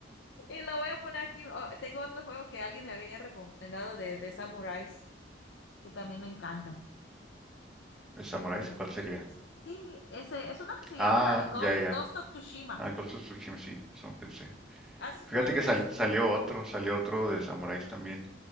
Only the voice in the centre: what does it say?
¿El Samuráis?
¿Cuál sería?
Ah,
ya, ya. ya.
Ah, Ghost of Tsushima, sí, eso pensé.
Fíjate
que sal-
salió otro, salió otro de samuráis también,